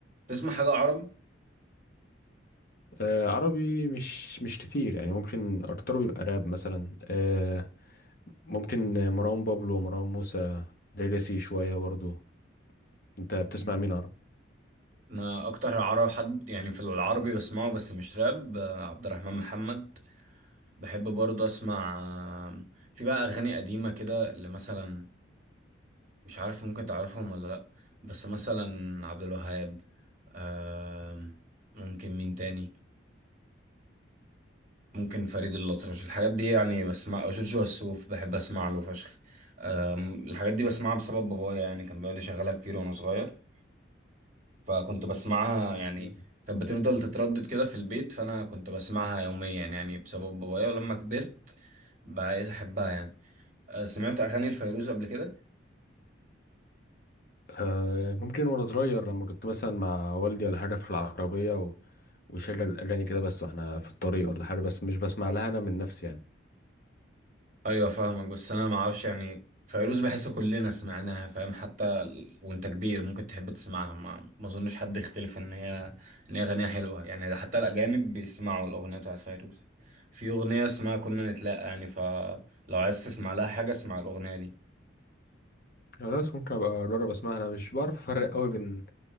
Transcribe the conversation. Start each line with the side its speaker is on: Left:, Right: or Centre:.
Right: تسمع حاجة عربي؟
Left: آه عربي مش مش كتير يعني ممكن ارتضو بيبقى راب مثلا آه ممكن مروان بابلو ومروان موسى ليجاسي شوية برضه انت بتسمع
Right: مم.
Left: مين عربي
Right: أنا أكتر عربي حد يعني في العربي بسمعه بس مش راب آه، عبد الرحمن محمد بحب برضه اسمع آم، في بقى اغاني قديمه كده اللي مثلا مش عارف ممكن تعرفهم ولا لا بس مثلا عبد الوهاب آم، ممكن مين تاني ممكن فريد الأطرش الحاجات دي يعني بسمع أو جورج وسوف بحب اسمع له فشخ آم، الحاجات دي بسمعها بسبب بابايا يعني كان بيقعد يشغلها كتير وانا صغير فكنت بسمعها يعني
Left: مم.
Right: كانت بتفضل تتردد كده في البيت فانا كنت بسمعها يوميا يعني بسبب بابايا ولما كبرت بقيت احبها يعني آه، سمعت اغاني الفيروز قبل كده
Left: آه ممكن وانا صغير لما كنت مثلا مع والدي ولا حاجة في العربية و... ويشغل اغاني كده بس واحنا في الطريق ولا حاجة بس مش بسمع لها انا من نفسي يعني
Right: ايوه فاهمك بس انا ما اعرفش يعني فيروز بحس كلنا سمعناها فاهم حتى ال- وانت كبير ممكن تحب تسمعها ما, ما اظنش حد يختلف ان هي ان هي اغانيها حلوه يعني ده حتى الاجانب بيسمعوا الاغنيه بتاعت فيروز في اغنيه اسمها كنا نتلاقى يعني فلو عايز تسمع لها حاجه اسمع الاغنيه دي
Left: خلاص ممكن ابقى اجرب اسمعها انا مش بعرف افرق قوي بين اللي